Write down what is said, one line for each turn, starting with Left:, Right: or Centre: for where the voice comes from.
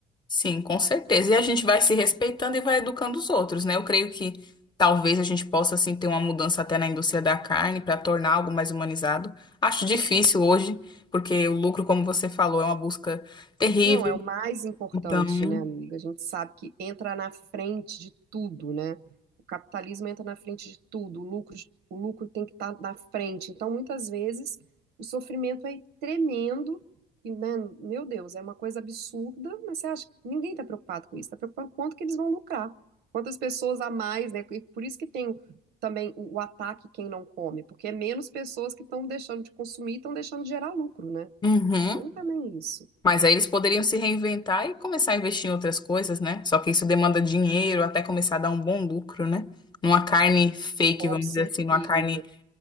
Left: sim, com certeza. E a gente vai se respeitando e vai educando os outros, né? Eu creio que talvez a gente possa, assim, ter uma mudança até na indústria da carne para tornar algo mais humanizado. Acho difícil hoje, porque o lucro, como você falou, é uma busca terrível.
Right: Não, é o mais importante,
Left: Então,
Right: né, amiga? A gente sabe que entra na frente de tudo, né? O capitalismo entra na frente de tudo, o lucro, o lucro tem que estar na frente. Então, muitas vezes, o sofrimento é tremendo, e, né, meu Deus, é uma coisa absurda, mas você acha que ninguém está preocupado com isso, está preocupado com quanto que eles vão lucrar, quantas pessoas a mais, né? E por isso que tem o- também o, o ataque quem não come, porque é menos pessoas que estão deixando de consumir e estão deixando de gerar lucro, né?
Left: uhum.
Right: Tem também isso.
Left: Mas aí eles poderiam se reinventar e começar a investir em outras coisas, né? Só que isso demanda dinheiro até começar a dar um bom lucro, né? Numa carne fake,
Right: Com
Left: vamos
Right: certeza.
Left: dizer assim, numa carne